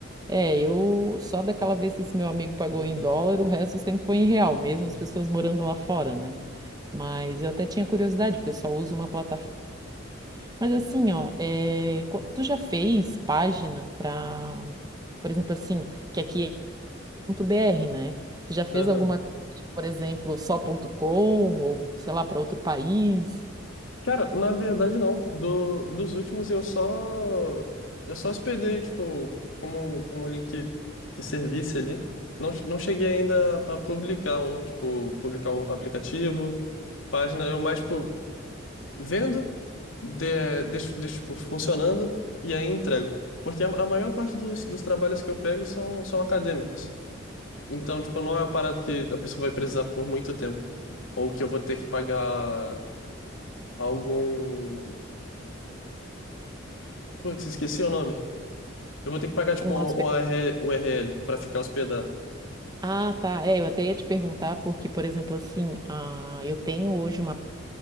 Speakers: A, on the right; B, on the left.
A: É, eu só daquela vez que esse meu amigo pagou
B: Uhum,
A: em dólar, o resto sempre foi em real, mesmo
B: uhum.
A: as pessoas morando lá fora, né? Mas eu até tinha curiosidade, porque eu só uso uma plataforma. Mas assim, ó, é, co- tu já fez página pra, por exemplo, assim, que aqui é ponto .br, né? Tu já fez
B: Aham.
A: alguma página, por exemplo, só.com, ou sei lá, para outro país?
B: Cara, na verdade não. Do, dos últimos eu só eu só hospedei, tipo, como um, como um link que servisse ali. Não, não cheguei ainda a, a publicar um, tipo, publicar um aplicativo, página, eu mais, tipo, vendo de, deixo, deixo, tipo, funcionando e aí entrego. Porque a, a maior parte dos, dos trabalhos que eu pego são, são acadêmicos. Então, tipo, não é uma parada que a pessoa vai precisar por muito tempo. Ou que eu vou ter que pagar algum. Putz, esqueci o nome. Eu vou ter que pagar, tipo,
A: Um
B: um,
A: hospe-
B: um r U R l para ficar hospedado.
A: Ah, tá. É, eu até ia te perguntar, porque, por exemplo, assim, ah, eu tenho hoje uma